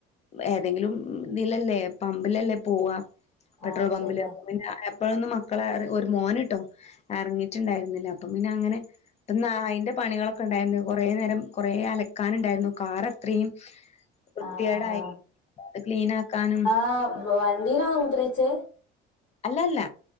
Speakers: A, on the left; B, on the left.
A: ഏതെങ്കിലും ഇതിലല്ലേ പമ്പിലല്ലേ പോവാ പെട്രോൾ
B: അത്
A: പമ്പില്
B: ശരിയാ
A: എപ്പോഴൊന്നും മക്കളെ ഒരു മോന്ട്ടോ എറങ്ങിട്ടുണ്ടായിരുന്നില്ല അപ്പൊ പിന്നെ അങ്ങനെ പ്പൊന്നാ ഐന്റെ പണികളൊക്കെ ഇണ്ടായിരുന്നു കൊറേ നേരം കൊറേ അലക്കാൻ ഉണ്ടായിരുന്നു കാറ ത്രീം വൃത്തെടായി
B: ആഹ്
A: അത് ക്ലീനക്കാനും,
B: ആ വണ്ടിയിലാ മൂത്രെച്ചെ?
A: അല്ലല്ല